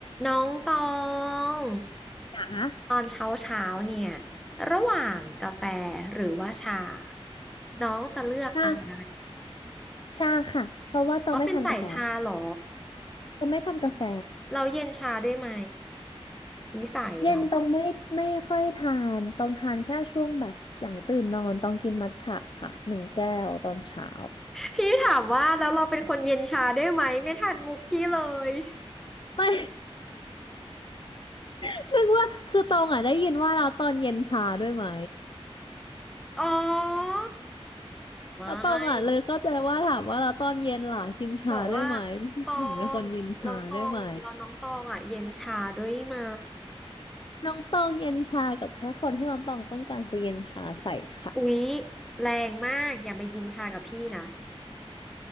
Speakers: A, in the centre; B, on the left (about 50°).
A: น้องตอง
B: อ่ะ
A: ตอนเช้าเช้าเนี่ยระหว่างกาแฟหรือว่าชาน้องจะเลือกอะไร
B: ชาชาค่ะเพราะว่าตองไม่ทานกาแฟ
A: อ๋อเป็นสายชาเหรอ
B: ตองไม่ทานกาแฟ
A: เราเย็นชาด้วยไหมนิสัยเรา
B: เย็นตองไม่ไม่ค่อยทานตองทานแค่ช่วงแบบหลังตื่นนอนตองกินมัทฉะค่ะหนึ่งแก้วตอนเช้า
A: พี่ถามว่าแล้วเราเป็นคนเย็นชาด้วยไหมไม่ทันมุกพี่เลย
B: ไม่ <laughs> นึกว่าคือตองอ่ะได้ยินว่าเราตอนเย็นชาด้วยไหม
A: อ๋อไม่
B: แล้วตองอ่ะเลยเข้าใจว่าถามว่าเราตอนเย็นล่ะกินชาด้วยไหมไม่ใช่ผมเป็นคนเย็นชาด้วยไหม
A: บอกว่าตองเราตองเราน้องตองอ่ะเย็นชาด้วยไหม
B: น้องตองเย็นชากับแค่คนที่น้องตองต้องการจะเย็นชาใส่ค่ะ
A: อุ๊ยแรงมากอย่ามายินชากับพี่นะ